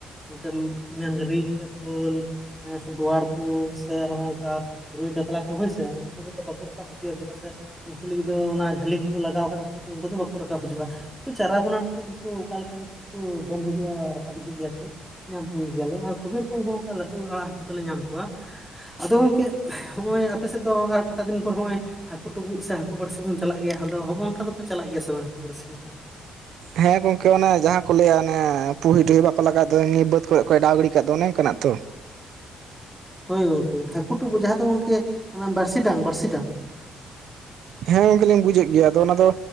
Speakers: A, in the centre; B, on the right.
A: ᱚᱱᱛᱮ ᱢᱟ ᱢᱟᱝᱨᱤ ᱥᱮ ᱥᱳᱞ᱾ ᱦᱮᱸ ᱥᱮ ᱵᱳᱣᱟᱲ ᱠᱚ ᱥᱮ ᱦᱚᱸᱜᱼ ᱚᱝᱠᱟᱼᱼ ᱨᱩᱭ ᱠᱟᱛᱞᱟ ᱠᱚ ᱦᱳᱭ ᱥᱮ ᱩᱝᱠᱩ ᱠᱚᱫᱚ ᱵᱟᱠᱚ ᱨᱟᱠᱟᱵ ᱦᱤᱡᱩᱜᱼᱟ ᱪᱮᱫᱟᱜ ᱥᱮᱼᱼ ᱩᱝᱠᱩ ᱞᱟᱹᱜᱤᱫ ᱫᱚ ᱚᱱᱟ ᱡᱷᱟᱹᱞᱤ ᱠᱚ ᱞᱟᱜᱟᱣ ᱠᱟᱫᱟ ᱠᱷᱟᱹᱤᱨ ᱛᱮ ᱩᱝᱠᱩ ᱫᱚ ᱵᱟᱠᱚ ᱨᱟᱠᱟᱵ ᱦᱤᱡᱩᱜᱼᱟ ᱩᱱᱠᱩ ᱪᱟᱨᱟ ᱵᱚᱱᱟ ᱛᱮᱫ ᱜᱮᱠᱳ ᱚᱠᱟ ᱞᱮᱠᱟ ᱠᱟᱛᱮᱫ ᱜᱮᱠᱩᱼᱼ ᱫᱚᱱ ᱦᱤᱡᱩᱜᱼᱟ ᱨᱟᱠᱟᱵ ᱦᱤᱡᱩᱜ ᱜᱮᱭᱟ ᱠᱚ ᱧᱟᱢ ᱠᱚ ᱜᱮᱭᱟᱞᱮ ᱟᱨ ᱠᱷᱩᱵᱮᱨ ᱨᱚᱠᱚᱢ ᱦᱚᱸ ᱚᱝᱠᱟ ᱞᱟᱹᱴᱩ ᱟᱲᱟᱜ ᱦᱟᱹᱠᱩ ᱫᱚᱞᱮ ᱧᱟᱢ ᱼᱼ ᱠᱚᱣᱟ ᱟᱫᱚ ᱜᱚᱝᱠᱮ ᱦᱚᱸᱜᱼᱚᱭ ᱟᱯᱮ ᱥᱮᱫ ᱫᱚ ᱟᱨ ᱠᱚᱴᱟ ᱫᱤᱱ ᱯᱚᱨ ᱦᱚᱸᱜᱼᱚᱭᱼᱼ ᱦᱟᱹᱠᱩ ᱴᱩᱵᱩᱜ ᱥᱮ ᱦᱟᱹᱠᱩ ᱵᱟᱹᱲᱥᱤ ᱵᱚᱱ ᱪᱟᱞᱟᱜ ᱜᱮᱭᱟ ᱟᱫᱚ ᱦᱚᱸᱜᱼᱚᱝᱠᱟ ᱫᱚᱯᱮ ᱪᱟᱞᱟᱜ ᱜᱮᱭᱟ ᱥᱮ ᱵᱟᱝ ᱦᱟᱹᱠᱩ ᱵᱟᱹᱲᱥᱤ ᱠᱚᱫᱚ?
B: ᱦᱮᱸ ᱜᱚᱝᱠᱮ ᱚᱱᱮ ᱡᱟᱦᱟᱸ ᱠᱚ ᱞᱟᱹᱭᱟ ᱚᱱᱮ ᱯᱩᱦᱤ ᱴᱩᱦᱤ ᱵᱟᱠᱚ ᱞᱟᱜᱟᱣ ᱫᱚ ᱱᱤᱭᱟᱹ ᱵᱟᱹᱫ ᱠᱚᱨᱮ ᱠᱚ ᱮᱰᱟᱣ ᱜᱤᱲᱤ ᱠᱟᱜ ᱫᱚ ᱚᱱᱮ ᱚᱝᱠᱟ ᱱᱟᱜ ᱛᱚ᱾
A: ᱦᱳᱭ ᱜᱚᱝᱠᱮ ᱦᱟᱹᱠᱩ ᱴᱩᱵᱩᱜ ᱡᱟᱦᱟᱸ ᱫᱚ ᱜᱚᱝᱠᱮ ᱚᱱᱟ ᱵᱟᱬᱥᱤ ᱰᱟᱝ ᱵᱟᱬᱥᱤ ᱰᱟᱝ ᱾
B: ᱦᱮᱸ ᱜᱚᱝᱠᱮ ᱞᱤᱧ ᱵᱩᱡᱮᱫ ᱜᱮᱭᱟ ᱟᱫᱚ ᱚᱱᱟ ᱫᱚᱼᱼ